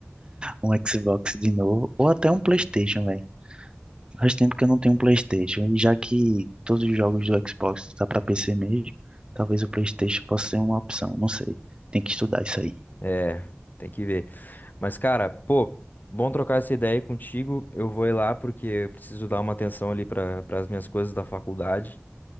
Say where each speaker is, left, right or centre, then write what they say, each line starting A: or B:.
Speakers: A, on the right (about 25°); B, on the left (about 45°).
A: um Xbox de novo ou até um PlayStation, velho. Faz tempo que eu não tenho um PlayStation e já que todos os jogos do Xbox tá para PC mesmo, talvez o PlayStation possa ser uma opção, não sei. Tem que estudar isso aí.
B: É, tem que ver. Mas, cara, pô, bom trocar essa ideia aí contigo. Eu vou ir lá porque eu preciso dar uma atenção ali para as minhas coisas da faculdade.